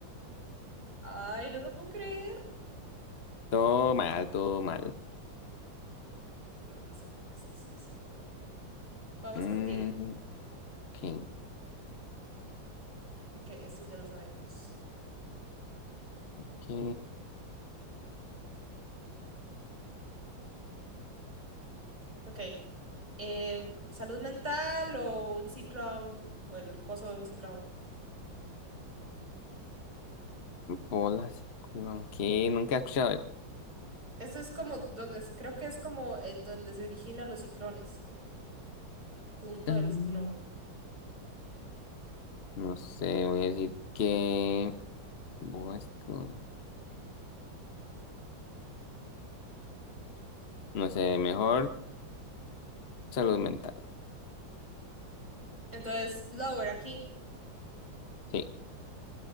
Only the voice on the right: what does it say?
Ay, no lo puedo creer.
Pero no sé por qué esto está así. pero Vamos
contigo.
Ok, esto ya lo sabemos.
Ok. eh, salud mental o un ciclón o el coso de un ciclón.
Esto es como donde, es- creo que es como eh, donde se originan los ciclones, como el punto
del ciclón.
Entonces, lower aquí.